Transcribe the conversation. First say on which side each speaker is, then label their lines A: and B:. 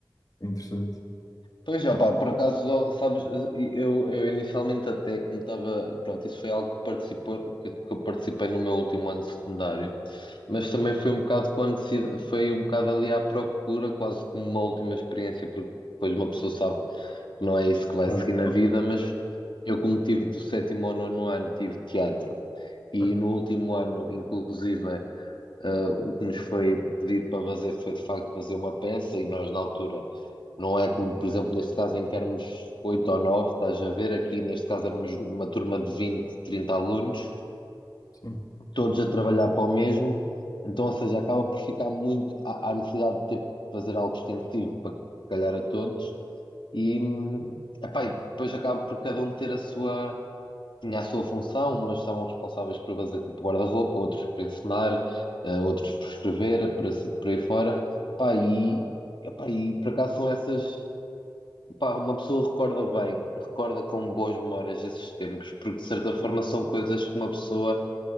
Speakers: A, on the left; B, on the left.
A: foi interessante.
B: Pois, opá, por acaso, sabes, eu, eu inicialmente até que me estava, pronto, isso foi algo que participou, que, que eu participei no meu último ano de secundário, mas também foi um bocado quando se, foi um bocado ali à procura, quase como uma última experiência, porque depois uma pessoa sabe que não é isso que vai
A: Claro,
B: seguir na
A: claro,
B: vida, mas eu como tive do sétimo ao nono ano, tive teatro, e
A: claro,
B: no último ano, inclusive, ah, o que nos foi pedido para fazer foi, de facto, fazer uma peça e nós, na altura, não é como, por exemplo, neste caso em que éramos oito ou nove, estás a ver, aqui neste caso éramos uma turma de 20 30 alunos,
A: sim,
B: todos a trabalhar para o mesmo, então, ou seja, acaba por ficar muito, há, há necessidade de ter que fazer algo extensivo para calhar a todos, e, hum, epá, e depois acaba por cada um ter a sua tinha a sua função, mas estavam responsáveis por fazer tipo guarda-roupa, outros por ensinar, eh, outros por escrever, por, assim, por aí fora. Pá, e, epá, e por acaso são essas. Pá, uma pessoa recorda bem, recorda com boas memórias esses tempos, porque de certa forma são coisas que uma pessoa